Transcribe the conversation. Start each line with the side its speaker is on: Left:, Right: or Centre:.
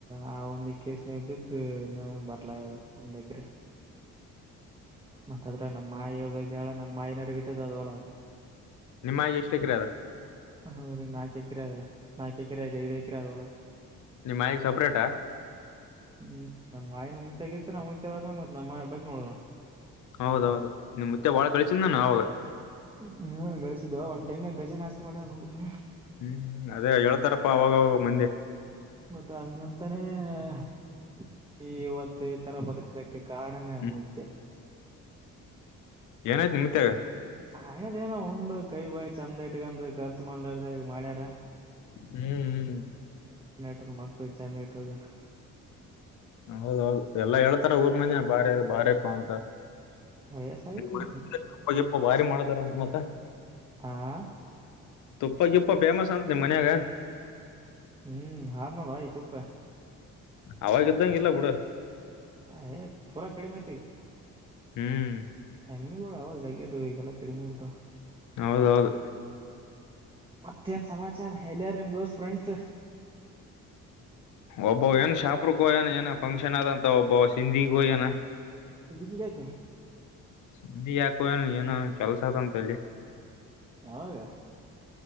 Right: ಆ ಒಂದಿಕ್ಕೆ ಕೆಸ್ನೇಗ್ ಬಿದ್ದು ಇನ್ನ ಬರ್ಲ ಒಂದ್ಕರೆ. ಮತ್ತ ಅದ್ರಗ ನಮ್ಮ ಮಾಯಿ ಒಬ್ಬಕಿ ಆಳ ನಮ್ಮ ಮಾಯನವರಿಗ ಇಟ್ಟದ ಆದ ಹೊಲ ಅದ.
Left: ನಿಮ್ಮ ಆಯಿಗಿ ಎಸ್ಟ್ ಎಕ್ರೆ ಆದ.
Right: ಹೌ ರೀ ನಾಲ್ಕು ಎಕರೆ ಅದ ನಾಕ ಎಕರೆ ಯಾಕ್ ಐದ ಎಕರೆ ಅದ ಹೊಲ.
Left: ನಿಮ್ಮ ನಾಯಿಗೆ ಸೆಪರೇಟ. <inaudible>
Right: ಹ್ಮ್, ನಮ್ ನಾಯಿ, ನಂದಗಿತ್ತು ಹೋಗಿ ಕೇಳಿ ಹೇಳಿದ್ದು ಮತ್ತು ನಮ್ಮಂತ ಬಂತು, ನೋಡು. <inaudible>
Left: ಹೌದೌದು, ನಿಮ್, ಮತ್ತೆ, ಬಾಳ, ಕಳಿಸಿದಾನ ಅವಾಗ. <inaudible>
Right: ಹ್ಮ, ಗಳಿಸಿದ, ಒನ್ ಟೈಮ್ನಾಗ, ಬೇಜನ್ ಆಸ್ತಿ ಮಾಡೋನ, ಊರಲ್ಲಿ. <inaudible>
Left: ಹ್ಮ್ ಹ್ಮ್ ಅದೇ ಹೇಳ್ತಾರಪ್ಪ ಅವಾಗವಾಗ, ಮಂಡೆ. <inaudible>
Right: ಮತ್ತ, ಹಂಗಂತಾನೆ? <inaudible> ಈ, ಇವತ್ತು ಈ ತರ ಬದುಕಲಿಕ್ಕೆ! ಕಾರಣನೇ
Left: ಹ್ಮ್
Right: ಮುಯ್ದೆ. <inaudible>
Left: <unintelligible> <inaudible> ಏನಾಯ್ತು, ನಮ್ಮ ತಾಯಿಗೆ? <inaudible>
Right: ಹಂಗಂದ್ರೆ ಏನು, ಉಂಡ್, ಕೈ ಬಾಯಿ ಚಂದ ಇಟ್ಕಂಡು, ಖರ್ಚ್ ಮಾಡಲಾರದ, ಮಾಡ್ಯಾರ? <inaudible>
Left: ಹ್ಮ್, ಹ್ಮ್. <inaudible>
Right: ಇತರ ಮಾಡ್ಕೋ ಚಂದ ಹುಟ್ಟದ್ದೇ! <inaudible>
Left: ಹೌದೌದು, ಎಲ್ಲಾ ಹೇಳ್ತಾರೆ, ಊರುನಗ, ಬಾರಿ ಬಾರ್ಯಪಾ, ಅಂತ. <inaudible>
Right: ವಯಸ್ಸಾಗಿತ್ ಮತ್ರಿ
Left: ಹಾಗೆ, ಭಾರಿ ಮಾಡತಾರೆ, ಅಂತ, ಮತ್ತೆ. <unintelligible>
Right: ಹಾ. <inaudible>
Left: ತುಪ್ಪ, ಗುಪ್ಪ ಫೇಮಸ್ ಅಂತ ನಿಮ್ ಮನ್ಯಾಗ. <inaudible>
Right: ಹ್ಮ್, ಹಾಧುನೋಡು, ಏತುಥೆ. <inaudible>
Left: ಅವಾಗ, ಇದ್ದಂಗಿಲ್ಲ ಬಿಡು. <inaudible>
Right: ಹ, ಹೇ, ಪೂರಾ ಕಡಿಮೆ, ಆಯ್ತು ಈಗ. <inaudible>
Left: ಹ್ಮ್. <inaudible>
Right: ಎಮ್ಮಿ, ಯಾವಾಗ ಜಗ್ಗಿದವು, ಇವಾಗ, ಕಡಿಮೆಯಾದವು. <inaudible>
Left: ಹೌದೌದು. <inaudible>
Right: ಮತ್ತೇನ್, ಸಮಾಚಾರ!? ಎಲ್ಲಯಾರು ನಿಮ್ದೋಸ್ತ್, ಫ್ರೆಂಡ್ಸ್. <inaudible>
Left: ಒಬ್ಬ, ಏನ್ ಶಾಪ್ರ, ಹೋಯ್ಯನ! ಏನ ಫಂಕ್ಷನ್ ಆದಂತ, ಒಬ್ಬ ಸಿಂಧಿಗೋಯ್ಯನ. <inaudible>
Right: ಹಿಂದಕ್ಕೆ ಇಡಕ್ಕ. <inaudible>
Left: ಸುಮ್ನೆ ಯಾಕೋ? ಏನೋ ಕೆಲಸ ಅದೇ, ಅಂತೇ, ಅಲ್ಲೀ. <inaudible>
Right: ಯಾವಾಗ? <inaudible>